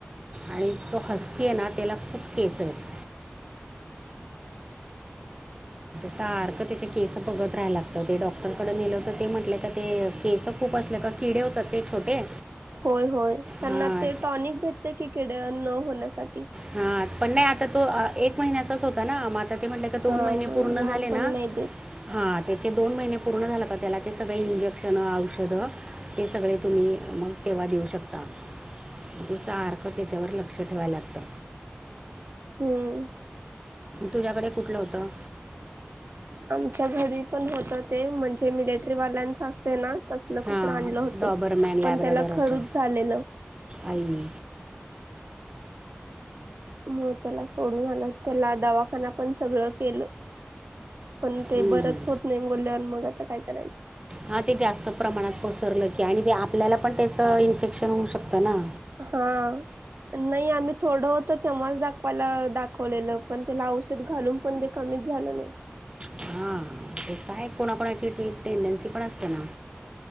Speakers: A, on the right (about 25°); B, on the right (about 70°).
A: आणि तो हसकी ये ना तेला खूप केस येत. सारखं त्याचे केस बघत राहाय लागतं. ते डॉ क्टरकड नेल होत ते म्हटले का? ते केस खूप असले का किडे होतात ते छोटे.
B: होय होय, त्यांना
A: हां
B: ते टॉनिक भेटत की कडे न होण्यासाठी.
A: हां पण नाही, आता तो एक महिन्याचाच होता ना म आता ते म्हनले का
B: हा
A: दोन महिने
B: मग
A: पूर्ण
B: लहानपणी
A: झाले ना?
B: नाही देत
A: हा त्याचे दोन महिने पूर्ण झालं का? त्याला ते सगळे इंजेक्शन, औषधं ते सगळे तुम्ही मग तेव्हा देऊ शकता. ते सारखं त्याच्यावर लक्ष ठेवायला लागतं.
B: हम्म.
A: तुझ्याकडे कुठलं होतं
B: आमच्या घरी पण होतं ते म्हणजे मिलेटरी वाल्यांच असतय ना? तसल
A: हां
B: कुत्र आणलं होत
A: डॉबरमॅन लॅब्राडॉर
B: पण त्याला खरुच
A: असं
B: झालेलं.
A: आई
B: म त्याला सोडून आलं, त्याला दवाखाना पण सगळं केलं. पण ते
A: हम्म.
B: बरंच होत नाही बोलल्यावर मग आता काय करायचं
A: हा ते जास्त प्रमाणात पसरलं की आणि ते आपल्याला पण त्याच इन्फेक्शन होऊ शकतं ना.
B: हां. नाही आम्ही थोडं होत तेव्हाच दाखवायला-दाखवलेलं पण त्याला औषध घालून पण ते कमी झालं नाही.
A: हा. ते काय कोणाकोणाची टेंडन्सी पण असते ना.